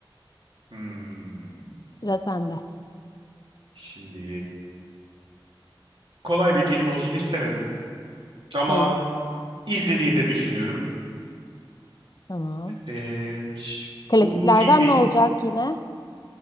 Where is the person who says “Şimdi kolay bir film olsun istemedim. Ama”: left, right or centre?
Right